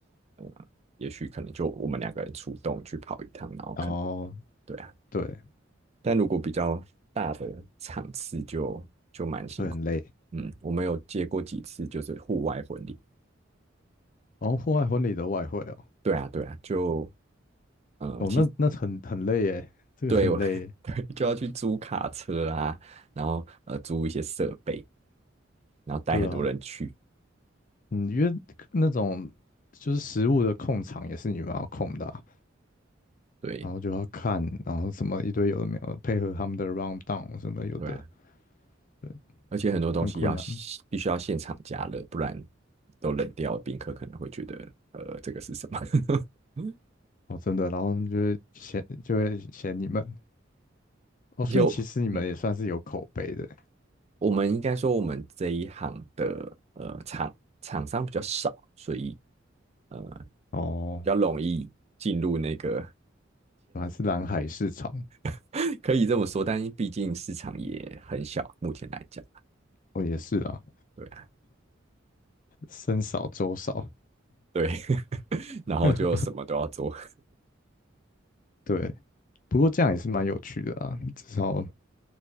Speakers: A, on the right (about 35°); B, on the left (about 45°).
A: 呃，也许可能就我们两个人出动去跑一趟，然后可能
B: 然后
A: 对啊，
B: 对，
A: 但如果比较大的场次就就蛮辛苦的，
B: 就会很累。
A: 嗯，我们有接过几次就是户外婚礼，
B: 然后户外婚礼的外汇哦，
A: 对啊，对啊，就，嗯、
B: 哦，
A: 其实
B: 那那很很累耶，这个很累耶。
A: 对我，<laughs> 对，就要去租卡车啊，然后呃，租一些设备，然后带很多人去，
B: 对啊，嗯，因为那种就是食物的控场也是你们要控的啊
A: 对。
B: 然后就要看，然后什么一堆有的没有的，配合他们的 round down 什么有的，
A: 对啊，
B: 对，
A: 而且很多东西要
B: 很困难
A: 必须要现场加热，不然都冷掉，宾客可能会觉得呃这个是什么？<laughs>
B: 哦，真的。然后他们就会嫌就会嫌你们哦，所以其实你们也算是有口碑的
A: 就嗯我们应该说我们这一行的呃厂厂商比较少，所以呃
B: 哦，
A: 比较容易进入那个
B: 还是蓝海市场，
A: <laughs> 可以这么说，但毕竟市场也很小，目前来讲，
B: 哦，也是啊，
A: 对啊，
B: 僧少粥少。
A: 对，<laughs> 然后就什么都要做。
B: <laughs> 对，不过这样也是蛮有趣的啊，至少